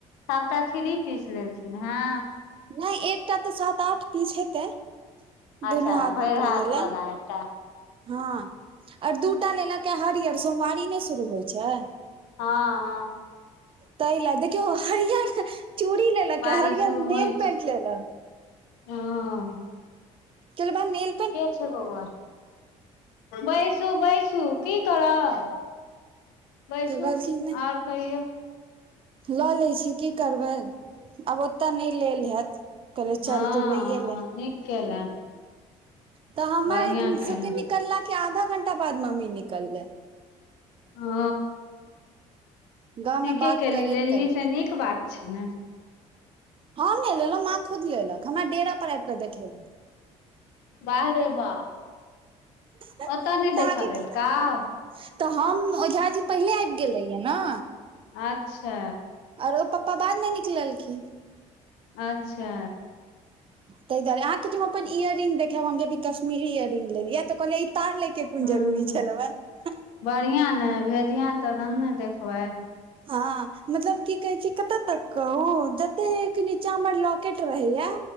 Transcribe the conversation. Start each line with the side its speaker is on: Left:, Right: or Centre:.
Left: सबटा थीरी पीस लेलखिन हँ
Right: नै एकटा तऽ सात आठ पीस हेतै दुनू
Left: अच्छा
Right: हाथ
Left: भरि
Right: मे पहिरै लए
Left: वाला एकटा
Right: हँ आर दूटा लेलकए हरियर सोमवारी नै शुरू होइ छै
Left: हँ हँ
Right: ताईला देखियौ हरियर चूड़ी लेलकए
Left: बारिश
Right: हरियर
Left: शुरू
Right: नेल
Left: होइ छै
Right: पेंट लेलक
Left: हँ
Right: केलबा मेल
Left: के छै बौआ बैसू बैसू की करब बैसु
Right: तऽ कहलखिन नहि
Left: आओर कहियौ
Right: लऽ लै छी की करबै आब ओतय नै लेल हेएत कल
Left: हँ
Right: चल तू लैए ले
Left: नीक केला
Right: तऽ हमा
Left: बढ़िआँ
Right: एक सबके
Left: केला
Right: निकलला के आधा घंटा बाद मम्मी निकलैे
Left: ओ
Right: गाँव मे
Left: नीके
Right: बात
Left: केली
Right: करैत
Left: लेलही
Right: करैत
Left: से नीक बात छै ने
Right: हम नै लेलौ मा खुद लेलक हमरा डेरा पर आबि कऽ देखेलक
Left: बाहरे बा
Right: तऽ
Left: ओतऽ नै देखऽ
Right: अहाँके
Left: देलकाव
Right: की लाग तऽ हम ओझा जी पहिले आबि गेल रहियै न
Left: अच्छा
Right: आओर ओ पपा बाद मे निकललखिन
Left: अच्छा
Right: <inaudible> ताहिदुआरे अहाँके हम अपन इयर रिंग देखेएब हम जी कश्मीरी इयररिंग लेलियै त कहलै ई तार के कोन
Left: हूँ
Right: जरूरी छलौए
Left: बढ़िआँ ने भेजिहँ त तखन न देखबै
Right: हँ मतलब की कहै छै कतऽ तक कहू जतेक नीचा हमर लॉकेट रहेया